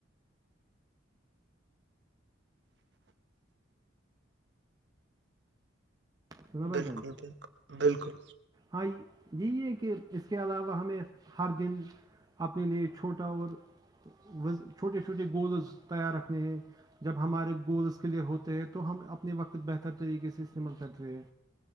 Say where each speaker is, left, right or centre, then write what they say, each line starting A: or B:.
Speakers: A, on the right (about 20°); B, on the right (about 60°).
A: سنا بھائی
B: بالکل
A: جان
B: بالکل بالکل
A: ہاں یہی ہے کہ اس کے علاوہ ہمیں ہر دن اپنے لیے چھوٹا اورز چھوٹے چھوٹے گولز تیار رکھنے ہیں جب ہمارے گولس کلیئر ہوتے ہیں تو ہم اپنے وقت بہتر طریقے سے استعمال کرتے سے